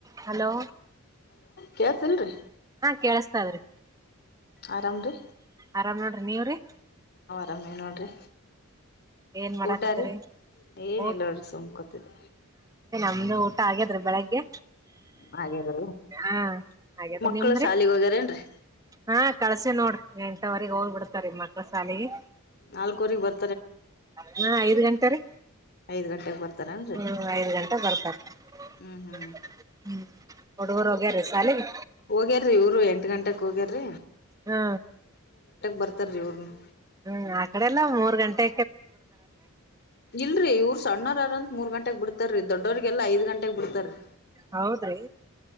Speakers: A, on the right; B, on the left.
A: Hello
B: ಕೆಲ್ಸಲ್ರಿ
A: ಕೇಳಿಸ್ತದ್ರಿ
B: ಆರಾಮ್ರೀ
A: ಆರಾಮ್ ನೋಡ್ರಿ ನೀವ್ರೀ
B: ಕಮ್ಮಿ ನೋಡ್ರರಿ
A: ಏನ್ ಮಾಡಾಕತ್ತರಿ
B: ಊಟಾರಿ ಏನಿಲ್ಲ
A: ಊಟ
B: ಸುಮ್ಕೊತಿದ್ದ
A: ಇನ್ನೂ ಊಟ ಆಗ್ಯಾದ್ರೀ ಬೆಳಿಗ್ಗೆ
B: ಹಾಗೇದ್ರೀ
A: ಹಾ ಹಾಗದ
B: ಮಕ್ಳು
A: ನಿಮ್ದ್ರಿ
B: ಸಾಲಿಗೆ
A: <inaudible>
B: ಹೋಗ್ಯಾರೇನ್ರರಿ
A: ಹಾ ಕಳ್ಸಿ ನೋಡ್ರಿ ಎಂಟುವರೆಗೆ ಹೋಗ್ಬಿಡ್ತಾರ ಮಕ್ಕಳ ಶಾಲಿಗೆ
B: ನಾಲ್ಕವರಿಗೆ ಬರ್
A: ಹಾ ಐದ್ ಗಂಟೆ ರೀ
B: ಐದ್ ಗಂಟೆಗೆ ಬರ್ತಾರೇನ್ರರಿ
A: ಹ್ಮ್ ಐದ್ ಗಂಟೆ ಬರ್ತಾರ <inaudible>
B: ಹ್ಮ್ ಹ್ಮ್
A: ಹ್ಮ್ ಹುಡುಗರು ಹೋಗ್ಯರೀ ಶಾಲಿಗೆ
B: ಹೋಗ್ಯಾರ್ರಿ ಇವರು ಎಂಟ ಗಂಟಕ್ ಹೋಗ್ಯಾರ್ರಿ
A: ಹಾ
B: ಬರ್ತಾರ ರೀ ಅವ್ರನು
A: ಹ್ಮ್ ಆ ಕಡೆ ಎಲ್ಲಾ ಮೂರ್ ಗಂಟೆ
B: ಇಲ್ರರಿ ಇವ್ರ ಸಣ್ಣಾರಾರಂತ ಮೂರ್ ಗಂಟೆಗ್ ಬಿಡ್ತಾರೀ ದೊಡ್ಡೋಗೆಲ್ಲಾ ಐದ್ ಗಂಟಗ್ ಬಿಡ್ತಾರಿ
A: ಹೌದ್ರಿ